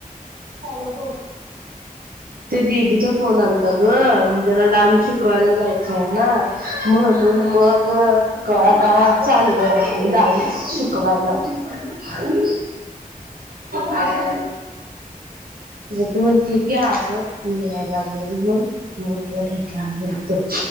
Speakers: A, on the right; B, on the right.
A: हॅलो बोल
B: ते दिदीचा फोन आलाता ग म्हणजे आता डान्स
A: हा
B: शिकवायला
A: हा
B: जायचा आहे ना. म्हणून
A: होय.
B: मग हो का आता चाले डान्स शिकवायला खायला दे खायला ती म्हणती की आवर मी याय लागले ना म्हटलं ठीक आहे आवरतो